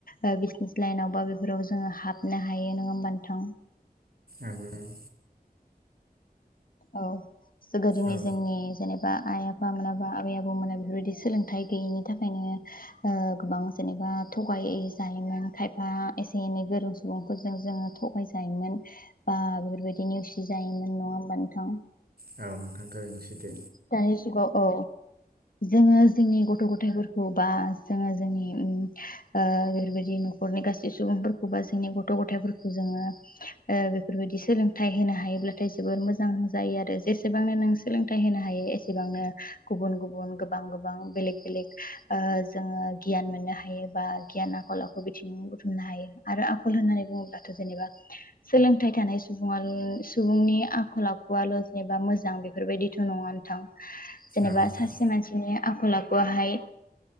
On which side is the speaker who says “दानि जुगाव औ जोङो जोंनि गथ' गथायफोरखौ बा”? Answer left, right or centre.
Left